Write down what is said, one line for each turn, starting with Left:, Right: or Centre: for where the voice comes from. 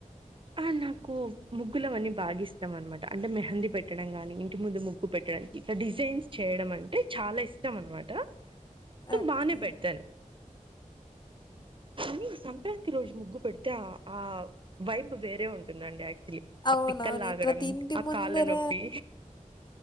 Right: ఆ నాకు ముగ్గులవన్నీ బాగిస్తం అనమాట అంటే మెహందీ పెట్టడంగాని ఇంటి ముందు ముగ్గు పెట్ ట్టడం ఇట్లా డిజైన్స్ చేయడం అంటే చాలా ఇష్టం అనమాట సో
Left: ఓకే
Right: బానే పెడతాను కానీ సంక్రాంతి రోజు ముగ్గు పెడితే ఆ ఆ వైబ్ వేరే ఉం టుందండి యాక్చులీ
Left: అవునవును.
Right: ఆ పిక్కల్ లాగడం
Left: ప్రతి ఇంటి
Right: ఆ
Left: ముందర
Right: కాళ్ళ నొప్పి